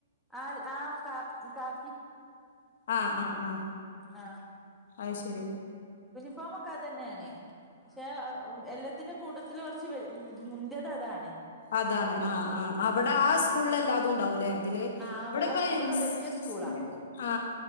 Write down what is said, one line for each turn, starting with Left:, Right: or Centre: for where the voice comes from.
Centre: ആൽ ആ കാ കാക്കി
Left: ആഹ് ആഹ് ആഹ്
Centre: ആ
Left: അത് ശരി
Centre: ഫോം ഒക്കെ അതന്നേണ് പക്ഷേ എല്ലാത്തിനു കൂടെ ത്തില് കൊറച്ച് വല് മുന്തിയത് അതാണ്
Left: അതാണ് ആ ആ അവിടെ ആ സ്കൂളിൽ എല്ലാതും ഉണ്ടാവൂലേ അത്
Centre: ആ
Left: ഇവിടെപ്പ
Centre: ഇവിടെ
Left: എൻ സി
Centre: വല്യ സ്കൂളാ
Left: സി ൻ്റെ ആ